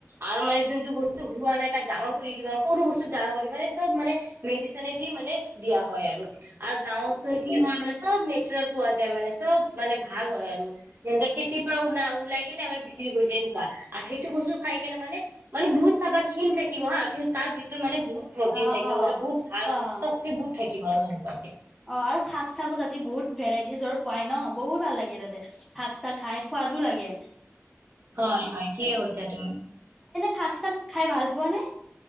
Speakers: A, on the right; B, in the centre.
A: আৰু মানে যোনটো বস্তু হোৱা নাই তাক ডাঙৰ কৰি দিব, সৰু বস্তুত ডাঙৰ কৰি মানে চব মানে মেডিচনে দি মানে দিয়া হয় হয় আৰু, আৰু গাঁৱতো কি হয় আমাৰ চব নেচাৰেল পোৱা যায়, মানে চব মানে ভাল হয় আৰু, যেনেকােৱা খেতিৰ পৰা ওল-ওলাই কেনে আমাৰ বিক্ৰী কৰিছে এনেকুৱা আৰু সেইটো বস্তু খাই কেনে মানে-মানে বহুত চাবাহ ক্ষীণ থাকিব হা, কিন্তু তাৰ ভিতৰত মানে বহুত প্ৰটিন
B: অ',
A: থাকিব,
B: অ'।
A: মানে বহুত ভাল
B: অ',
A: শক্তি বহুত থাকিব। কিমান ঘন্টাতাকে?
B: অ, আৰু শাক-চাকো তাতে বহুত ভেৰাইটিজৰ পাই ন, বহুত ভাল লাগে তাতে, শাক-চাক খাই সোৱাদো লাগে।
A: হয়-হয় ঠিকে কৈছা তুমি।
B: শাক-চাক খাই ভাল পোৱা নে?